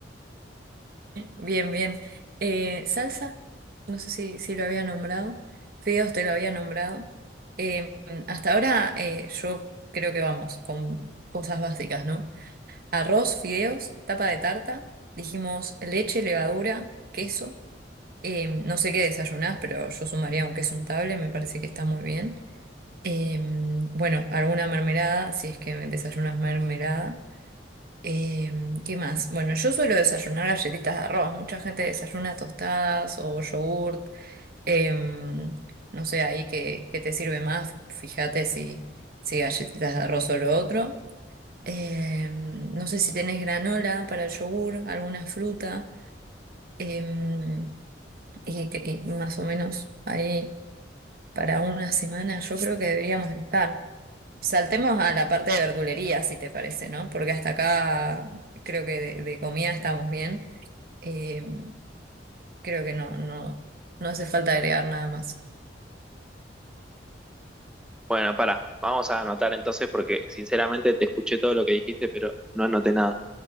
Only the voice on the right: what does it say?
Bien, bien. Eh, salsa, no sé si, si lo había nombrado. Fideos te lo había nombrado. Em, hasta ahora eh, yo creo que vamos con cosas básicas, ¿no? arroz, fideos, tapa de tarta. Dijimos leche, levadura, queso. Em, no sé qué desayunás, pero yo sumaría un queso untable, me parece que está muy bien. Em, bueno, alguna mermelada, si es que desayunas mermelada. Em, ¿qué más? Bueno, yo suelo desayunar galletitas de arroz. Mucha gente desayuna tostadas o yogurt. Em, no sé, ahí qué, qué te sirve más. Fíjate si, si galletitas de arroz o lo otro. Em, no sé si tenés granola para el yogur, alguna fruta, em, y, que- y más o menos ahí para una semana yo creo que deberíamos estar. Saltemos a la parte de verdulería, si te parece, ¿no? Porque hasta acá creo que de, de comida estamos bien. Em, creo que no, no, no hace falta agregar nada más.